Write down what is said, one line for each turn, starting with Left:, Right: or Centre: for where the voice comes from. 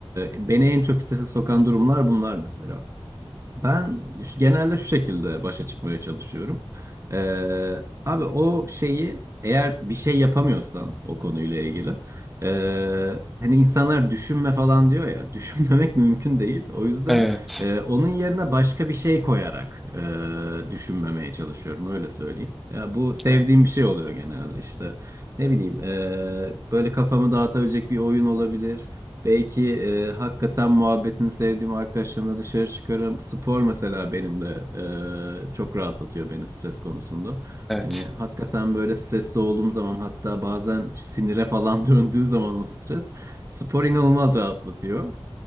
Right: Ee, beni en çok strese sokan durumlar bunlar mesela. Ben ş- genelde şu şekilde başa çıkmaya çalışıyorum. Ee, abi o şeyi eğer bir şey yapamıyorsan o konuyla ilgili ee, hani insanlar düşünme falan diyor ya düşünmemek <laughs> mümkün değil. O yüzden
Centre: Evet,
Right: e, onun yerine başka bir şey koyarak e, düşünmemeye çalışıyorum öyle söyleyeyim. Ya, bu sevdiğim
Centre: evet,
Right: bir şey oluyor genelde işte ne bileyim e, böyle kafamı dağıtabilecek bir oyun olabilir. Belki e, hakikaten muhabbetini sevdiğim arkadaşlarımla dışarı çıkarım. Spor mesela benim de e, çok rahatlatıyor beni stres konusunda.
Centre: evet.
Right: Hani hakikaten böyle stresli olduğum zaman hatta bazen sinire falan <laughs> döndüğü zaman o stres spor inanılmaz rahatlatıyor.